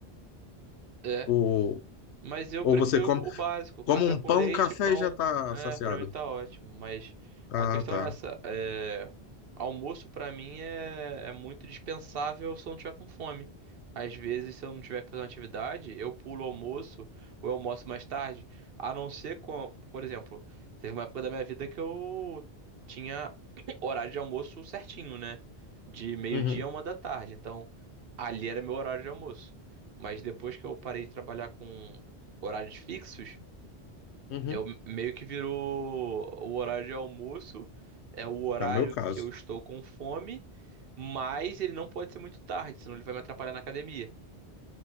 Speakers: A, on the right; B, on the left.
A: É.
B: Ou,
A: Mas eu
B: ou
A: prefiro
B: você come,
A: o básico, café
B: come um
A: com
B: pão,
A: leite
B: um café
A: e pão.
B: e já tá
A: É,
B: saciado.
A: pra mim tá ótimo. Mas
B: Ah,
A: a questão
B: tá.
A: é essa, é, almoço pra mim é, é muito dispensável se eu não tiver com fome. Às vezes, se eu não tiver que fazer uma atividade, eu pulo o almoço ou eu almoço mais tarde. A não ser com, por exemplo, teve uma época da minha vida que eu tinha <clears throat> horário de almoço certinho, né? De meio-dia
B: Uhum,
A: a uma da tarde. Então, ali era meu horário de almoço. Mas depois que eu parei de trabalhar com horários fixos,
B: uhum.
A: eu meio que virou o horário de almoço, é o horário
B: É o meu caso.
A: que eu estou com fome, mas ele não pode ser muito tarde, senão ele vai me atrapalhar na academia.